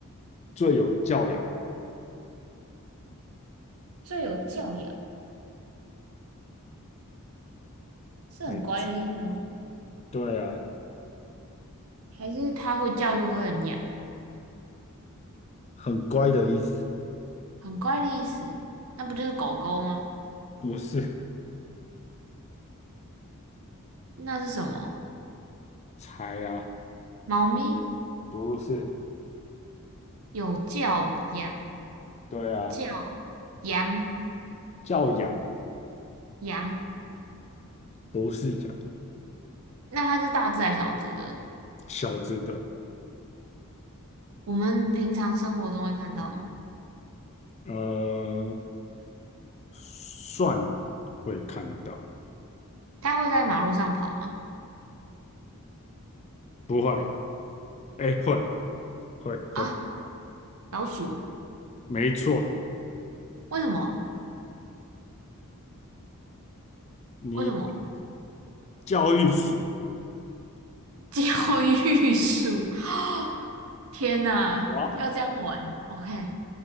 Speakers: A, on the left; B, on the right.
A: 最有教养？
B: 最有教养是很乖的意思吗？
A: 没错，对啊，
B: 还是它会叫又会很痒，
A: 很乖的意思。
B: 很乖的意思。那不就是狗狗吗？
A: 不是，
B: 那是什么？
A: 猜啊，
B: 猫咪
A: 不是，
B: 有叫羊，
A: 对啊，
B: 叫羊
A: 教养
B: 羊。
A: 不是养
B: 那它是大只还是小只的？
A: 小只的，
B: 我们平常生活中会看到吗？
A: 呃，算会看到，
B: 它会在马路上跑吗？
A: 不会，哎，会会会，
B: 啊，老鼠？
A: 没错，
B: 为什么？
A: 你
B: 为什么？
A: 教育鼠。
B: <laughs> 教育鼠？<gasps> 天哪，
A: 哇
B: 要这样玩？OK